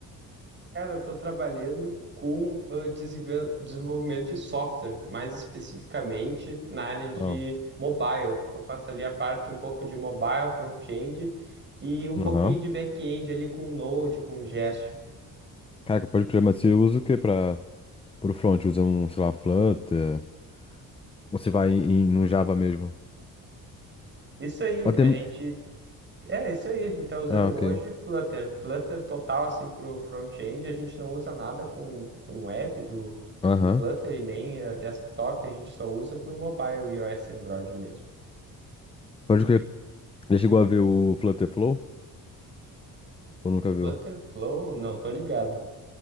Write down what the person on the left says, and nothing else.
Ah,
aham.
Caraca, pode crer, mas você usa o quê pra. Pro front, usa um, sei lá, Flutter. Ou você vai em, no Java mesmo?
até...
Ah, ok.
Aham.
Pode crer. Já chegou a ver o Flutter Flow? Ou nunca
viu?